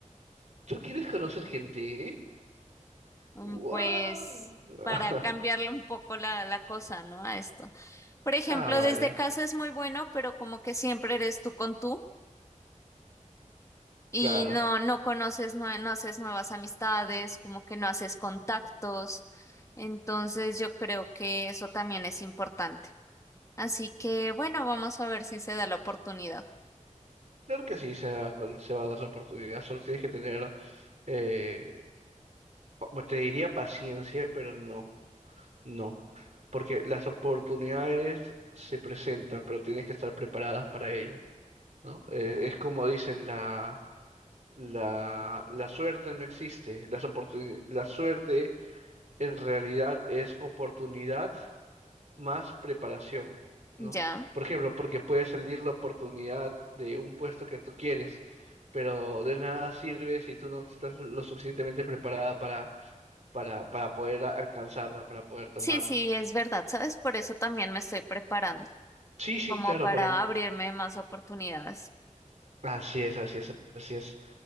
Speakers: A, on the right; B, on the left.
A: ¿Tú quieres conocer gente?
B: mm,
A: ¡Wow!
B: pues
A: <laughs>
B: para cambiarle un poco la, la cosa, ¿no? A esto. Por ejemplo,
A: Ah, vale,
B: desde casa es muy bueno, pero como que siempre eres tú con tú y
A: claro.
B: no, no conoces, nue- no, haces nuevas amistades, como que no haces contactos. Entonces yo creo que eso también es importante. Así que bueno, vamos a ver si se da la oportunidad.
A: Claro que sí, se va, con- se va a dar la oportunidad. Solo tienes que tener, eh, pa- pues te diría paciencia, pero no, no. Porque las oportunidades se presentan, pero tienes que estar preparadas para ellas, ¿no? Eh, es como dicen, la, la, la suerte no existe. Las oportuni- la suerte en realidad es oportunidad más preparación, ¿no?
B: Ya.
A: Por ejemplo, porque puede salir la oportunidad de un puesto que tú quieres, pero de nada sirve si tú no estás lo suficientemente preparada para, para, para poder a- alcanzarla, para poder tomarla.
B: Sí, sí, es verdad, ¿sabes? Por eso también me estoy preparando,
A: Sí, sí,
B: como
A: claro,
B: para
A: por eso.
B: abrirme más oportunidades.
A: Así es, así es, así es.